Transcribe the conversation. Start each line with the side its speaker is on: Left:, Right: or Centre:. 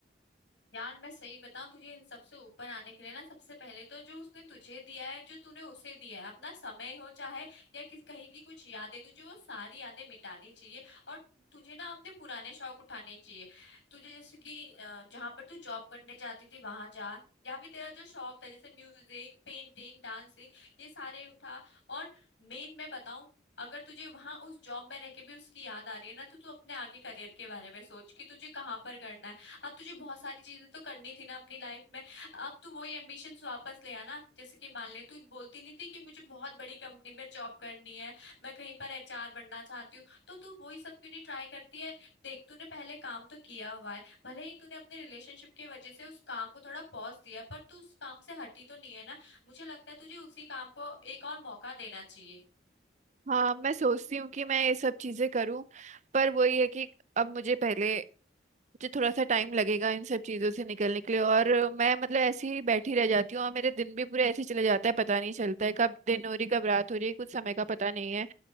Left: यार मैं सही बताऊं तुझे इन सब से ऊपर आने के लिए ना सबसे पहले तो जो उसने तुझे दिया है जो तूने उसे दिया है अपना समय हो चाहे या किस कहीं की कुछ यादें तुझे वो सारी यादें मिटानी चाहिए और तुझे ना अपने पुराने शौक उठाने चाहिए तुझे जैसे कि अ, जहाँ पर तू जॉब करने जाती थी वहां जा या फिर तेरा जो शौक था जैसे म्यूजिक पेंटिंग डांसिंग ये सारे उठा और मेन मैं बताऊं अगर तुझे वहां उस जॉब में रह के भी उसकी याद आ रही है ना तो तू अपने आगे करियर के बारे में सोच कि तुझे कहाँ पर करना है अब तुझे बहुत सारी चीजें तो करनी थी ना अपनी लाइफ में अब तू वही एम्बिशंस वापस ले आना जैसे कि मान ले तू बोलती नहीं थी कि मुझे बहुत बड़ी कंपनी में जॉब करनी है मैं कहीं पर एचआर बनना चाहती हूँ तो तू वही सब क्यों नहीं ट्राई करती है देख तूने पहले काम तो किया हुआ है भले ही तूने अपने रिलेशनशिप की वजह से उस काम को थोड़ा पॉज दिया पर तू उस काम से हटी तो नहीं है ना मुझे लगता है तुझे उसी काम को एक और मौका देना चाहिए
Right: हाँ मैं सोचती हूँ कि मैं ये सब चीजें करूँ पर वही है कि अब मुझे पहले मुझे थोड़ा सा टाइम लगेगा इन सब चीजों से निकलने के लिए और मैं मतलब ऐसे ही बैठी रह जाती हूँ और मेरे दिन भी पूरे ऐसे ही चले जाता है पता नहीं चलता है कब दिन हो रही कब रात हो रही है, कुछ समय का पता नहीं है